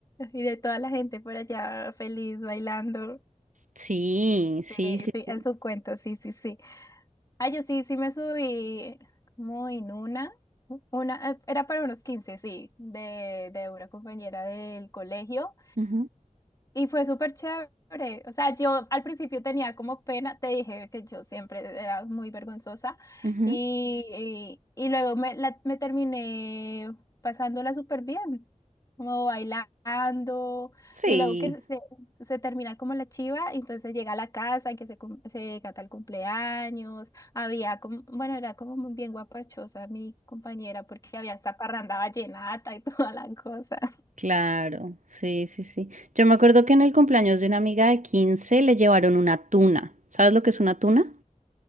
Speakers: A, on the left (about 25°); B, on the right (about 65°).
A: Y de toda la gente por allá feliz bailando.
B: Sí, sí,
A: Sí,
B: sí,
A: sí,
B: sí.
A: en su cuento, sí, sí, sí. Ah, yo sí, sí me subí como en una, una, eh, era para unos 15, sí, de, de una compañera del colegio.
B: Ujú,
A: Y fue súper chévere. O sea, yo al principio tenía como pena, te dije que yo siempre era muy vergonzosa
B: ujú.
A: y, y, y luego me, la- me terminé pasándola súper bien, como bailando
B: Sí,
A: y luego que se, se termina como la chiva, y entonces llega a la casa y que se, cum- se canta el cumpleaños. Había como, bueno, era como muy bien guapachosa mi compañera porque había hasta parranda vallenata y <laughs> toda la cosa.
B: claro, sí, sí, sí. Yo me acuerdo que en el cumpleaños de una amiga de 15 le llevaron una tuna. ¿Sabes lo que es una tuna?